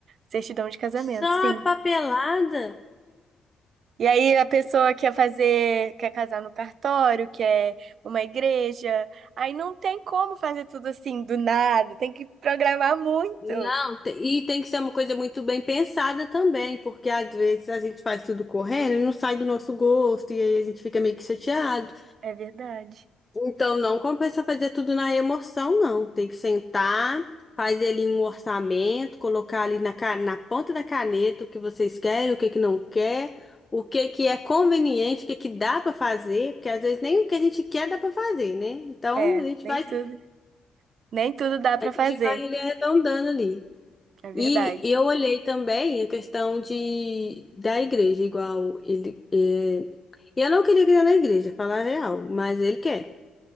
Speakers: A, on the right; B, on the left.
A: Certidão de casamento,
B: só
A: sim.
B: a papelada.
A: E aí a pessoa quer fazer, quer casar no cartório, quer uma igreja. Aí não tem como fazer tudo assim do nada, tem que programar muito.
B: Não, te- e tem que ser uma coisa muito bem pensada também, porque às vezes a gente faz tudo correndo e não sai do nosso gosto, e aí a gente fica meio que chateado.
A: É verdade.
B: Então, não compensa fazer tudo na emoção, não. Tem que sentar, fazer ali um orçamento, colocar ali na, ca- na ponta da caneta o que vocês querem, o que que não quer, o que que é conveniente, o que que dá para fazer, porque às vezes nem o que a gente quer dá para fazer, né? Então,
A: É,
B: a gente
A: nem
B: vai,
A: tudo, nem tudo dá para
B: a gente
A: fazer.
B: vai ali arredondando ali.
A: É verdade.
B: E eu olhei também a questão de, da igreja, igual ele. é, eu não queria criar na igreja, falar a real, mas ele quer.